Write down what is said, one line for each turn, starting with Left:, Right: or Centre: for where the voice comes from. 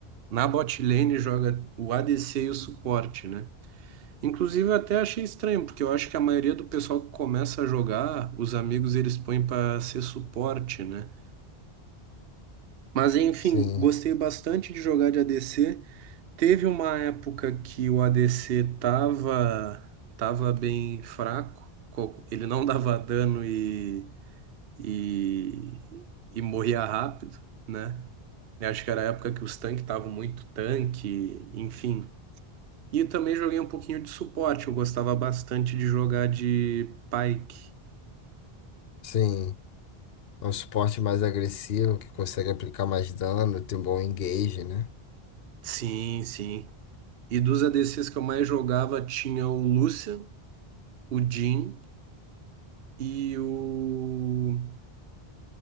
Right: na bot lane joga o ADC e o suporte, né? Inclusive, eu até achei estranho, porque eu acho que a maioria do pessoal que começa a jogar, os amigos eles põem para ser suporte, né? Mas enfim,
Left: Sim,
Right: gostei bastante de jogar de ADC. Teve uma época que o ADC tava, tava bem fraco, co- ele não <laughs> dava dano e, e, e morria rápido, né? Eu acho que era a época que os tanques estavam muito tanque, enfim. E também joguei um pouquinho de suporte. Eu gostava bastante de jogar de Pyke.
Left: sim. É um suporte mais agressivo, que consegue aplicar mais dano, tem um bom engage, né?
Right: Sim, sim. E dos ADCs que eu mais jogava tinha o Lucian, o Jhin e o.